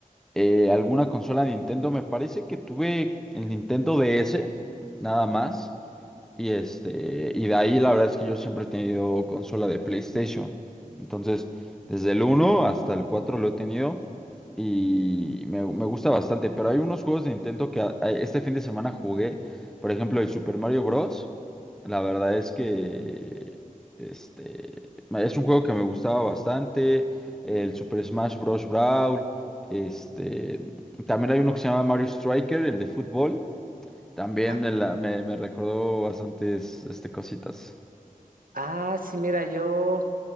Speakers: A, in the centre; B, on the right.
A: eh, alguna consola de Nintendo. Me parece que tuve el Nintendo DS, nada más. Y este, y de ahí la verdad es que yo siempre he tenido consola de PlayStation. Entonces, desde el uno hasta el 4 lo he tenido y me, me gusta bastante. Pero hay unos juegos de Nintendo que a- a- este fin de semana jugué. Por ejemplo, el Super Mario Bros. La verdad es que este, me- es un juego que me gustaba bastante. El Super Smash Bros. Brawl. Este, también hay uno que se llama Mario Striker, el de fútbol. También
B: Ah,
A: me, la, me, me recordó bastantes este, cositas.
B: ah, sí, mira, yo...